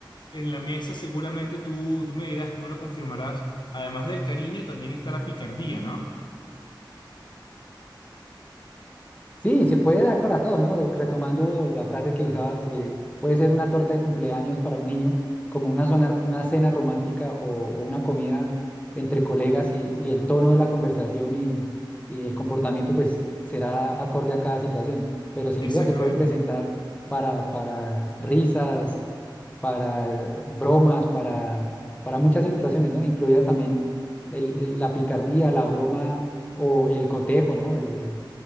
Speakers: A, on the left; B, on the left.
A: en la mesa seguramente tú, tú me dirás, tú me lo confirmarás. Además del cariño, también está la picardía, ¿no?
B: Sí, se puede dar para todo, ¿no? Retomando la frase que usabas, que puede ser una torta de cumpleaños para un niño, como una, zona- una cena romántica o, o una comida entre colegas y, y el tono de la conversación y, y el comportamiento pues será acorde a cada situación, pero sin
A: Exactamente.
B: duda se puede presentar para, para risas, para bromas, para, para muchas situaciones, ¿no? Incluidas también el- el- la picardía, la broma o el cotejo, ¿no? El, el,